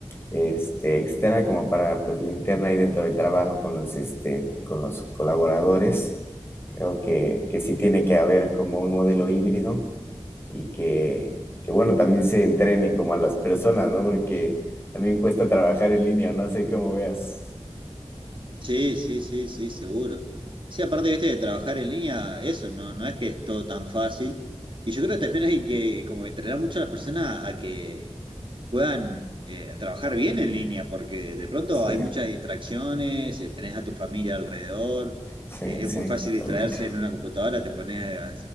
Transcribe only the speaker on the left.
este, externa como para pues la interna ahí dentro del trabajo con los, este, con los colaboradores. Creo que, que sí tiene que haber como un modelo híbrido y que, que bueno, también se entrenen como a las personas, ¿no? Porque también cuesta trabajar en línea, no sé cómo veas.
Sí,
sí,
sí,
totalmente.